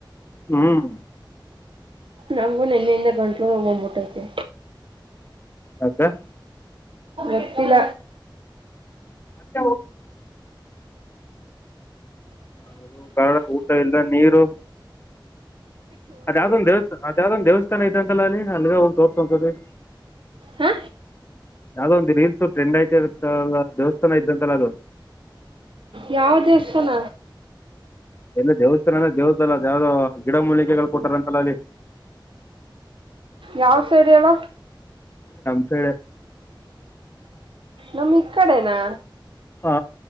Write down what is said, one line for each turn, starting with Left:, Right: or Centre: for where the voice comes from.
Left: ಹ್ಮ್
Right: ನಗನ ಎನ ಹಿಂದ ಗಂಟ್ಲ ಹೋಗೋಗ್ಬಿಟ್ಟೈತೆ
Left: ಯಾಕೆ
Right: ಎೆಪ್ಪಿಲ್ಲ
Left: ಹ ಹದು ಕಾಳ ಊಟ ಇಲ್ಲ ನೀರು ಅದ ಯಾವ್ದ ಒಂದ ದೇವಸ್ಥಾ ಅದ ಯಾವ್ದ ಒ್ ದೇವಸ್ಥಾನ ಇದೆ ಅಂತಲ್ಲ ಅಲ್ಲಿ ಅಲ್ಲಿಗೆ ಹೋಗ ತೋರ್ ಒಂದಸತಿ
Right: ಹಾ
Left: ಅದ ಒಂದು ರೀಲ್ಸ್ ಟ್ರೆಂಡ್ ಐತ ದೇವಸ್ಥಾನ ಇದ್ದಂತೆಲ್ಲ ಅದು
Right: ಯಾವ ದೇವಸ್ಥಾನ
Left: ಎಲ್ಲ ದೇವಸ್ಥಾನ ಅಂದ್ರೆ ದೇವ್ದ ಅಲ್ಲ ಯಾವ್ದೋ ಗಿಡ ಮೂಲಿಕೆಗಳು ಕೊಟ್ಟಾರ ಅಂತಲ್ಲ ಅಲ್ಲಿ
Right: ಯಾವ ಸೇರಿಯಲ್ಲ
Left: ಸ
Right: ನಮ್ ಇ ಕಡೆನಾ
Left: ಹಾ